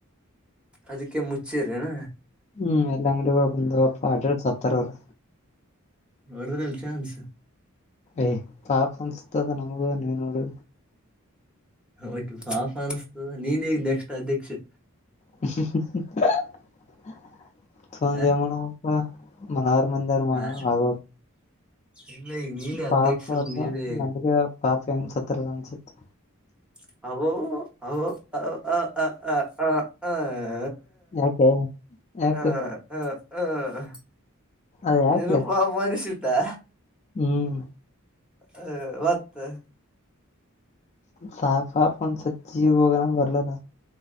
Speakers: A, in the centre; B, on the left.
A: ಅದಕ್ಕೆ ಮುಚ್ಚಿರಿನಾ
B: ಹ್ಮ್ ಎಲ್ಲ ಅಂಗಡಿಗಳು ಬಂದವಪ್ಪ ಅಟ್ರ ಸತ್ತಾರ ಅವರು
A: ಒಡ್ರಲ್ಲ ಚಾನ್ಸ್
B: ಏಯ್ ಪಾಪ ಅನ್ಸತದ ನಮಗ ನೀವ ನೋಡಿ
A: ಯ್ತು ಬಾಫ ಅನಿಸ್ತದ ನೀನ್ಗ್ ನೆಕ್ಸ್ಟ್ ಅಧ್ಯಕ್ಷೆ
B: <unintelligible>
A: ಹ
B: ಮಂದರ
A: ಹ
B: ಆಗ
A: ಇಲ್ಲ <unintelligible>
B: ಪಾಪ
A: ಅಧ್ಯಕ್ಷರು
B: ಅದು
A: ನೀವೇ
B: ನಮ್ಗೆ ಪಾಪ ಹೆಂಗ ಸತ್ತಲ್ಲ ಅನ್ಸತ್ತು
A: <unintelligible>
B: ಯಾಕ ಯಾಕ
A: ಹ ಹ ಹ್ಮ್
B: ಅದ ಯಾಕೆ
A: ನಿನಪಾಮಾನಿಸಿತಾ
B: ಹ್ಮ್
A: ಹ ಒತ್ತು
B: ಸಾಫ ಪ ಸಜೀವ ಒಗ್ರಾಮ ಬರ್ಲಲ್ಲ